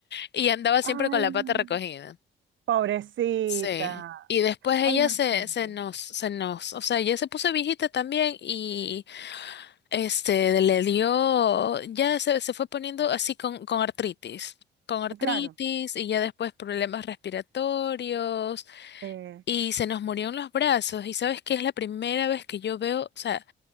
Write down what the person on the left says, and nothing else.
Y andaba
siempre con la
pata recogida.
Sí. Y después
ella
se, se nos, se nos, o sea, ella se puso viejita también y este le dio, ya se, se fue poniendo así con, con artritis, con artritis
y ya después problemas respiratorios
y se nos murió en los brazos. Y sabes que es la primera vez que yo veo, o sea,